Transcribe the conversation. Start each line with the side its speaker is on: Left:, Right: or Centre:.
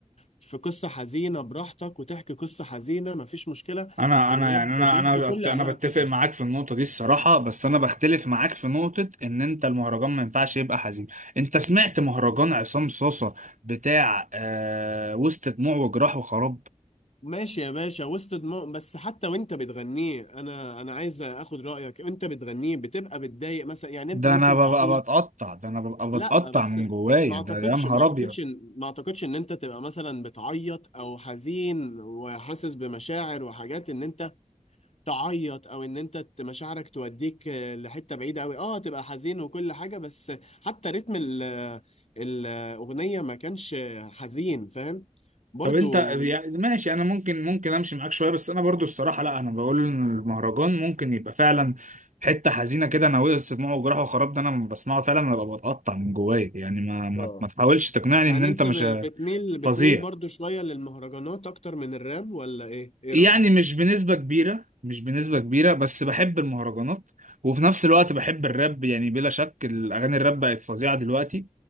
Left: في قصه حزينه براحتك وتحكي قصه حزينه مفيش مشكله
Right: انا
Left: الراب
Right: انا يعني
Left: بيحكي
Right: انا انا
Left: كل
Right: انا
Left: انواع
Right: بتفق
Left: القصص
Right: معاك في النقطه دي الصراحه بس انا بختلف معاك في نقطه ان انت المهرجان ما ينفعش يبقى حزين انت سمعت مهرجان عصام صاصه بتاع آه وسط دموع وجراح وخراب
Left: ماشي يا باشا وسط دماغ بس حتى وانت بتغنيه انا انا عايز اخد رايك انت بتغنيه بتبقى بتضايق مثلا يعني
Right: ده
Left: انت ممكن
Right: انا ببقى
Left: تعيط
Right: بتقطع ده انا ببقى
Left: لا
Right: بتقطع
Left: بس
Right: من جوايا
Left: ما اعتقدش
Right: ده يا نهار
Left: ما اعتقدش
Right: ابيض
Left: إن- ما اعتقدش ان انت تبقى مثلا بتعيط او حزين وحاسس بمشاعر وحاجات ان انت تعيط او ان انت ت- مشاعرك توديك آه، لحته بعيده قوي اه تبقى حزين وكل حاجه بس حتى رتم ال- آه، الاغنيه ما كانش حزين فاهم برضو
Right: طب انت يعني ماشي انا ممكن ممكن امشي معاك شويه بس انا برضو الصراحه لا انا بقول ان المهرجان ممكن يبقى فعلا حته حزينه كده انا وقع سمعه وجراحه وخراب ده انا لما بسمعه فعلا انا ببقى بتقطع من جوايا يعني ما ما,
Left: اه
Right: ما تحاولش تقنعني
Left: يعني
Right: ان انت
Left: انت
Right: مش
Left: ب- بتميل بتميل
Right: فظيع
Left: برضو شوية للمهرجانات اكتر من الراب ولا ايه ايه
Right: يعني
Left: رأيك
Right: مش بنسبه كبيره مش بنسبه كبيره بس بحب المهرجانات وفي نفس الوقت بحب الراب يعني بلا شك الاغاني الراب بقت فظيعه دلوقتي